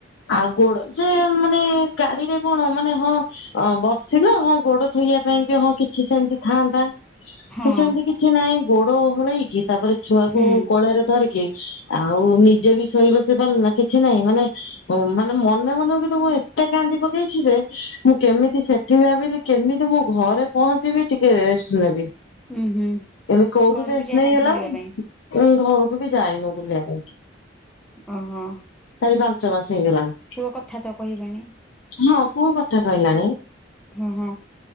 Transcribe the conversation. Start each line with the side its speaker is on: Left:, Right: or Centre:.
Left: ଆଉ ଗୋଡ ଯେ ମାନେ କାଡିରେ କଣ ମାନେ ହଁ ବସିଲା ହଁ ଗୋଡ ଥୋଇବା ପାଇଁ କି ହଁ କି ଛି ସେମତି ଥାଆନ୍ତା
Centre: ହଁ
Left: ତ ସେମିତି କିଛି ନାହିଁ ଗୋଡ ଓହଳେଇକି ତାପରେ ଛୁଆକୁ
Centre: ହୁଁ
Left: କୋଳରେ ଧରିକି ଆଉ ନିଜେ ବି ଶୋଇ ବସି ପାରିଲୁ ନା କିଛି ନହିଁ ମାନେ ମାନେ ମନେ ମନେ କିନ୍ତୁ ମୁଁ ଏତେ କା ନ୍ଦି ପକେଇଛି ଯେ ମୁଁ କେମିତି ସେଠି ଭାବିଲି କେମିତି ମୁଁ ଘରେ ପହଞ୍ଚିବି ଟିକେ ରେଷ୍ଟ ନେବି।
Centre: ହୁଁ ହୁଁ
Left: ଏ କୋଉଠି
Centre: ଘରକୁ
Left: ରେଷ୍ଟ
Centre: ଯାଇନାହାନ୍ତି
Left: ନେଇହେଲା
Centre: ବୁଲିବା ପାଇଁ।
Left: ଏ ଘରକୁ ବି ଯାଇନୁ ବୁଲିବା ପାଇଁ।
Centre: ଓହୋ।
Left: ଚାରି ପାଞ୍ଚ ମାସ ହେଇଗଲାଣି
Centre: ପୁଅ କଥା ତ କହିବେଣି।
Left: ହଁ ପୁଅ କଥା କହିଲାଣି।
Centre: ହଁ ହଁ।